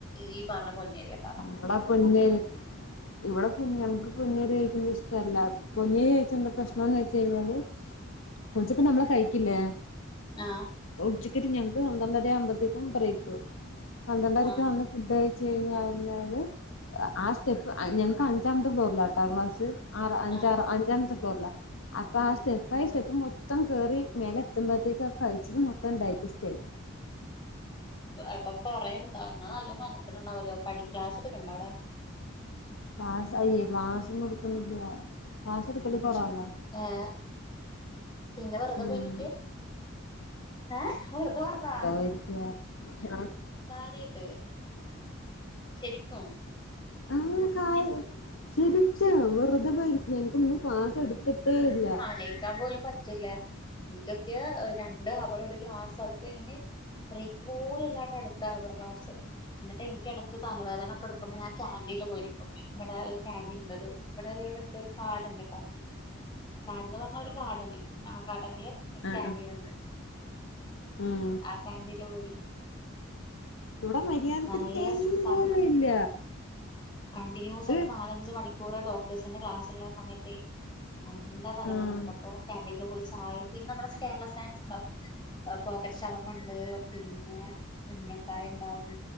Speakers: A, on the left (about 20°); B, on the left (about 70°).
A: ഈ പറഞ്ഞ പൊഞ്ഞരിയാണ്
B: ഇവടെ പൊന്ന അരിഇവിടെ ഞങ് ക്ക് പൊന്നയ്രി കയ്ക്ക്ണത് ഇഷ് ഷ്ടല്ല പൊന്നെ യ്രി കയ്ച്ച എന്താ പ്രശ്നംന്ന് വെച്ചയ്ഞാല് ഉച്ചക്ക് നമ്മള് കഴിക്കില്ലേ
A: ആഹ്
B: ഉച്ചക്ക് ഞങ്ങക്ക് പന്ത്രണ്ടര ആവുമ്പത്തേക്കും ബ്രേക്ക് പന്ത്രണ്ടരക്ക്
A: ആഹ്
B: വന്ന് ഫുഡ്‌ കയ്ച്ചു കഴിഞഞ്ഞാല് ആ സ്റ്റെപ്പ് ഞങ്ങക്ക് അഞ്ചാമത്തെ ഫ്ലോറിലാണ് ട്ടാ ക്ലാസ് ആറ് അഞ്ചാ
A: ആഹ്
B: അഞ്ചാമത്തെ ഫ്ലോറില അപ്പ
A: ആഹ്
B: ആ സ്റ്റെപ് പ്പായ സ്റ്റെപ്പ് മൊത്തം കേറി മേലെത്ത്മ്പോത്തേക്ക ആ കഴിച്ചത് മൊത്തം ഡൈജസ്റ്റ് ആയി
A: അപ്പൊ കൊറേ ണ്ടാവും നല്ല മെനക്കട് ണ്ടാവല്ലോ പടി ക്ലാസ് ട്ക്കണ്ടോ അവിടെ
B: ക്ലാസ് അയ്യേ ക്ലാസ് ഒന്നുംട്ക്ക്ണില്ല ക്ലാസ് ട്ക്കല് കൊറവാ
A: ഏഹ് പിന്നെ വെറുതെ
B: ഉം
A: പോയിര്ക്കാ ഏ ഹ വെറുതെ പറഞ്ഞാ
B: പോയിരിക്ക ഹലോ
A: കാര്യായിട്ട് ശെരിക്കും
B: ആഹ് കാര്യം ശെരിക്കും വെറുതെ പോയിരിക്കും ഞങ്ങക്ക്ന്ന് ക്ലാസ്സ്‌ എടുത്തിട്ടേ ഇല്ല
A: കഴിക്കാൻ പോലും പറ്റില്ല എനിക്കൊക്കെ രണ്ട് ഹവർ ഒരു ക്ലാസ്സ്‌ അത് കഴിഞ് ബ്രേക്ക് പോലുല്ലാണ്ട് അട്ത്ത ഹവർ ക്ലാസ് ന്നിട്ട് എനിക്കെടക്ക് തലവേദന നൊക്കെ ട്ക്കുമ്പോ ഞാൻ കാന്റീൽ പോയിരിക്കും ഇവിടെ ഒരു കാൻറീൻണ്ട് ഇവിടെ ഒരുവി ഒരു പാടണ്ട്ട്ടൊ പാടം ന്ന് പർഞ്ഞ ഒരു ഗാർഡന് ആ ഗാർഡനില്
B: ആഹ്
A: കാന്റീൻണ്ട്
B: ഉം
A: ആ ക്യാന്റീനിൽ പോയിരിക്കും
B: ഇവടെ മര്യാദക്കൊരു
A: നല്ല
B: ക്യാന്റീൻ
A: സ്ട്രെസ്
B: പോലും
A: ആകും
B: ഇല്ല
A: കണ്ടിന്യൂസ്
B: ഇത്
A: ആയിട്ട് നാലഞ്ച് മണിക്കൂറ് ഡോക്ടേഴ്സിന്റെ ക്ലാസ് ള്ള സമയത്ത് നല്ല തലവേനട്ക്കും
B: ആഹ്
A: അപ്പൊ കാന്റീനിൽ പോയി ചായയും പിന്നെ നമ്മടെ കേരള സ്നാക്സ് ണ്ടാവും പോക്കറ്റ് ഷവർമണ്ട് പിന്നെ ഉഞ്ഞക്കായ ണ്ടാവും